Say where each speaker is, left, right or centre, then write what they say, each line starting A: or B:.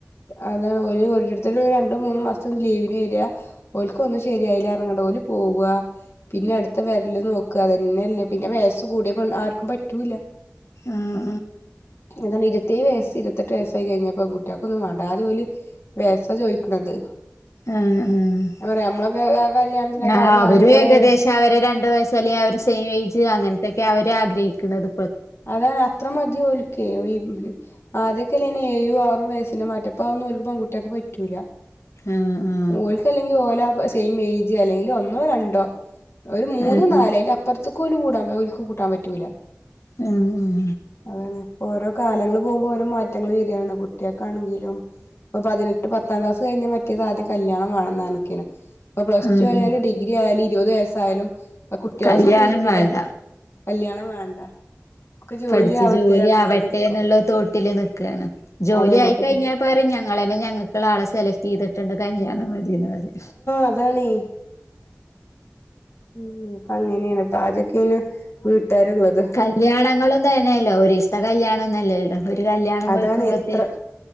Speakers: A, on the left; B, on the left.
A: അതാണ് ഒരു ഒരേര്ത്തരു രണ്ടുമൂന്നും മാസം ലീവിന് വരാ ഓൽക്കൊന്നും ശരിയായില്ല പറഞ്ഞിട്ട് ഓല് പോവ്വാ പിന്നെ അടുത്ത വര്ല് നോക്ക അതന്നെയല്ലേ പിന്നെ വയസ്സ് കൂടിയ പെണ്ണ് ആർക്കും പറ്റൂലാ
B: ആഹ്
A: അതാണ് ഇരുത്തേഴ് വയസ്സ് ഇരുത്തെട്ട് വയസ്സായി കഴിഞ്ഞപ്പോ പെൺകുട്ടിയ ഒന്നും വേണ്ട ആദ്യ ഓല് വയസ ചോദിക്കണത്
B: ആഹ് ആഹ്
A: ഞാൻ പറയാ നമ്മളൊക്കെ ആ കല്യാണത്തിനൊക്കെ
B: ആ
A: ആദ്യം
B: അവരും
A: ആണുങ്ങളേനു
B: ഏകദേശം അവര് രണ്ട് വയസ് അല്ലെങ്കി അവരെ സെയിം ഏജ് അങ്ങനത്തെക്കെ അവരാഗ്രഹിക്ന്നത്
A: അതാണ് അത്ര മതിം ഓൽക്ക ഈ ഉം ആദ്യൊക്കെല്ലേന ഏയും ആറും വയസ്സിന്റെ മാറ്റ ഇപ്പാ അതൊന്നും പൺകുട്ട്യാക് പറ്റൂല
B: ആഹ് ആഹ്
A: ഓൽക്കല്ലെങ്കിൽ ഓല സെയിം ഏജ് അല്ലെങ്കിൽ ഒന്നോ രണ്ടോ ഒരു മൂന്നോ
B: ആഹ്
A: നാല് അയിന്റ അ പ്പറത്തുക്കോല് കൂടാ ഓൽക്ക് കൂട്ടാൻ പറ്റൂല്ല
B: ഉം ഉം
A: അതാണ് ഇപ്പ ഓരോ കാലങ്ങള് പോകുമ്പോ ഓരോ മാറ്റങ്ങൾ വരാണ് കുട്ട്യേക്കാണെങ്കിലും പ്പൊ പതിനെട്ട് പത്താം ക്ലാസ് കഴിഞ്ഞ മറ്റേ ആത്യം കല്യാണം വേണം ന്നർഞ്ക്കനു ഇപ്പൊ പ്ലസ്
B: ആഹ്
A: ടു ആയാലും ഡിഗ്രി ആയാലും ഇരുപത് വയസ്സായാലും ഇപ്പ കുട്ട്യേള്
B: കല്യാണം
A: സമ്മയ്ക്കൂല
B: വേണ്ട
A: കല്ല്യാണം വേണ്ട ഒക്കെ ജോലി
B: പഠിച്ചു
A: ആവട്ടെ
B: ജോലി
A: പറഞ്ഞ്ങ്ങാണ്ട്
B: ആവട്ടെ
A: നിക്കും
B: ന്നുള്ള തോട്ടില് നിക്കാണ് ജോലി
A: അതാണ്
B: ആയി
A: ഒക്കെ
B: ക്കഴിഞ്ഞാ
A: ജോ
B: പറയും ഞങ്ങള തന്നെ ഞങ്ങൾക്ക ആളെ സെലക്ട് ചെയ്തിട്ടുണ്ട് കല്യാണം മതിന്ന് പറി
A: അതാണെ ഉം ഇപ്പങ്ങനേണ് ആദ്യക്കെനു വീട്ടാര്ള്ളത്
B: കല്യാണങ്ങളും തന്നെയല്ലോ ഒരീസ്‌തെ കല്ല്യാണൊന്നല്ലല്ലോ ഒരു കല്യാണം
A: അതാണ്
B: കഴിക്കുമ്പോത്തേനും
A: എത്ര